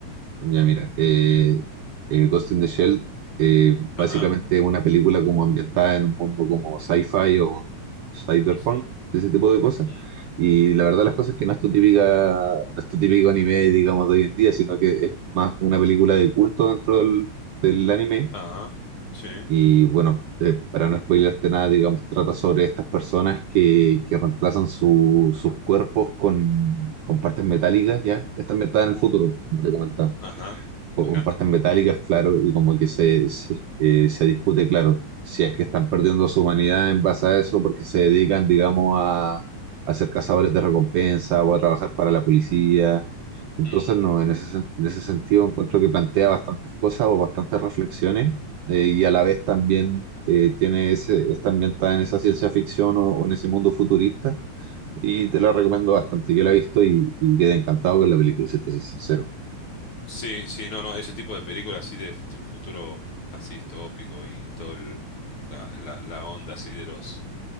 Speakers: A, on the right; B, on the left.
A: Ya mira, eh, eh, Ghost in the Shell eh,
B: Ajá.
A: básicamente es una película como ambientada en un mundo como sci-fi o cyberpunk,
B: ujú,
A: ese tipo de cosas.
B: mm,
A: Y la verdad las cosas es que no es tu típica, no es tu típico anime, digamos, de hoy en día, sino que es más una película de culto dentro del, del anime.
B: Ajá. Sí.
A: Y bueno, eh, para no spoilearte nada, digamos, trata sobre estas personas que, que reemplazan su- sus cuerpos con, con partes metálicas, ¿ya? Está ambientada en el
B: uh,
A: futuro, como te comentaba
B: Ajá.
A: pues
B: Me
A: comparten
B: encanta.
A: metálicas, claro, y como que se, se, eh, se discute, claro, si es que están perdiendo su humanidad en base a eso porque se dedican, digamos, a, a ser cazadores de recompensa o a trabajar para la policía. Entonces,
B: Mm.
A: no, en ese, sen- en ese sentido encuentro que plantea bastantes cosas o bastantes reflexiones eh, y a la vez también eh, tiene ese, está ambientada en esa ciencia ficción o, o en ese mundo futurista. Y te la recomiendo bastante. Yo la he visto y, y quedé encantado con la película, si te soy sincero.
B: Sí, sí, no, no, ese tipo de películas así de, f- un futuro así distópico y todo el- la, la, la onda así de los,